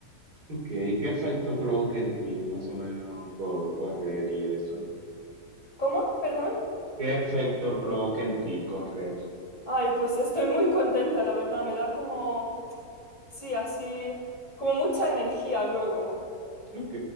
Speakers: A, on the right; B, on the left.
A: Ok, ¿qué efecto provoca en ti más o menos co- correr y eso?
B: ¿Cómo? Perdón.
A: ¿Qué efecto provoca en ti correr?
B: Ay, pues estoy muy contenta, la verdad. Me da como, sí, así, como mucha energía luego.
A: Ok,